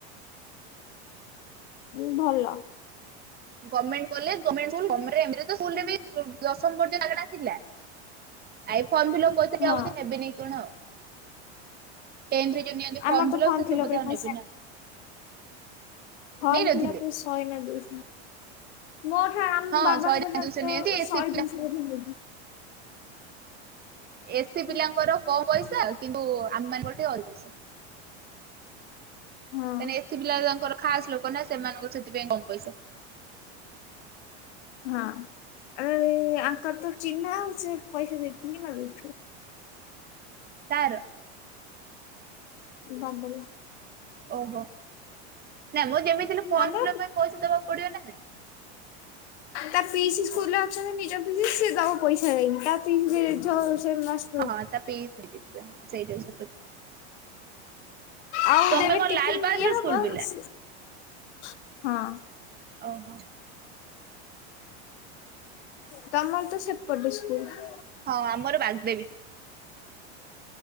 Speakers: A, on the left; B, on the right.
A: ହୁଁ ଭଲ।
B: Government college government school government ସ୍କୁଲରେ ବି ଦଶମ ପର୍ଯ୍ୟନ୍ତ ମାଗେଣା ଥିଲା। ଆ ଫର୍ମ ଫିଲପ୍ କରିି
A: ହଁ
B: ଆଉ ନେବେନି କଣ ଆଉ? କେନ୍ଦ୍ରରେ ଯୋଉ ନିଅନ୍ତି ଫର୍ମ
A: ଆମର ତ
B: ଫିଲପ୍ ସେ
A: ଫିଲପରେ
B: ସବୁ ବୋଧେ
A: ପଇସା
B: ନେବେନି ନା କଣ?
A: ଫର୍ମ
B: ନଥିଲେ।
A: ଫିଲ୍ ପରେ ଶହେ ନାଗୁରୁ ମୋ ଠାରୁ ଆମ
B: ହଁ
A: ବାବାଙ୍କ
B: ଶହେ ଟଙ୍କା
A: ଠାରୁ
B: ଦୁଇଶହ
A: ତ
B: ନିଅନ୍ତି ଏସି
A: ଶହେ
B: ପିଲା
A: ଜିନିଷ
B: ଏସି ପିଲାଙ୍କର କମ ପଇସା କିନ୍ତୁ ଆମ ମାନଙ୍କର ଟିକେ ଅଧିକ ପଇସା।
A: ହଁ
B: ତାହେଲେ ଏସି ପିଲା ତାଙ୍କର ଖାସ ଲୋକ ନା ସେମାନଙ୍କୁ ସେଥିପାଇଁ କମ ପଇସା?
A: ହଁ ଆରେ ଆଙ୍କର ତ ଚିହ୍ନାଉ ସେ ପଇସା ଦେଇଥିବେ କି ନ ଦେଇ ଥିବେ?
B: ତାର।
A: ବାନ୍ଦଲା।
B: ଓହୋ ନାଇଁ ମୁଁ ଯେମିତି ଫର୍ମ
A: ତାଙ୍କ
B: ଫିଲପ୍ ପାଇଁ ପଇସା ଦବାକୁ ପଡିବ ନା ନାଇଁ?
A: ତା ପିଇସି ସ୍କୁଲ ରେ ଅଛନ୍ତି ନିଜ ପିଇସି ସେ ଦବ ପଇସା ଦେଇନି ତା <unintelligible>
B: ହଁ ତା ପିଇସି ଦେଇଥିଲେ ସେଇଟା।
A: ଆଉ
B: ତମେ
A: ଦେବେ
B: କଣ
A: ଟିଫନ୍
B: ଲାଲବାହାଦୁର
A: ଏ ହବ
B: ସ୍କୁଲ ପିଲା
A: ହଁ।
B: ଓହୋ।
A: ତମର ତ ସେପଟେ ସ୍କୁଲ।
B: ହଁ ଆମର ବାଗ୍ଦେବୀ।